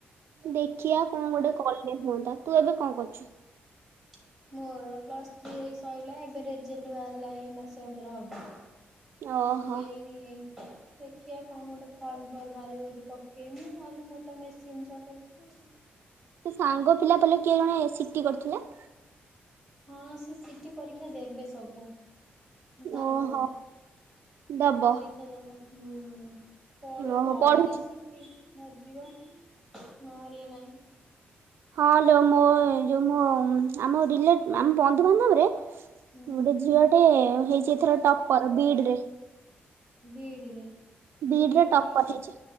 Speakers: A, on the right (about 75°); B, in the centre.
A: ଦେଖିଆ କଣ ଗୋଟେ କଲେ ହୁଅନ୍ତା ତୁ ଏବେ କଣ କରୁଛୁ?
B: ହ <unintelligible> ମୋର ପ୍ଲସ ଥ୍ରୀ ସଇଲା ଏବେ ରେଜଲ୍ଟ ବାହାରିଲା ଏଇ ମାସ <unintelligible> ହବ।
A: ଓହୋ
B: ମୁଁ ଏଇ ଦେଖିବା କଣ ଗୋଟେ ଫର୍ମ ଫର୍ ବାହାରିବ ଯଦି ପକେଇମି ନ ହେଲେ ମୋର ତ ମେସିନ୍ ଚଲଉଛି।
A: ତୋ ସାଙ୍ଗ ପିଲା ପଲେ କିଏ ଜଣେ ସିଟି କରିୁଥିଲା?
B: ହଁ ସେ ସିଟି ପରୀକ୍ଷା ଦେବେ ସବୁ। ସାଙ୍ଗ
A: ଓହୋ
B: ଗୋଟେ
A: ଦବ
B: ପରୀକ୍ଷା ଦବ ହୁଁ। ପଢୁ
A: ଓହୋ
B: ପଢିଲେ
A: ପଢୁଛି
B: ଶିଟି ବାଜିବ ନହେଲେ ନାଇଁ।
A: ହଁଲୋ ମୋ ଯଉ ମୋ ଆମ ଆମ ବନ୍ଧୁବାନ୍ଧବରେ
B: ହୁଁ
A: ଗୋଟେ ଝିଅଟେ ହେଇଛି ଏଥର ଟପର ବିଡ୍ ରେ।
B: ବିଇଡିରେ
A: ବିଡ୍
B: ତୁ ଯୋଉ
A: ରେ ଟପର
B: ଇଏ କି
A: ହେଇଛି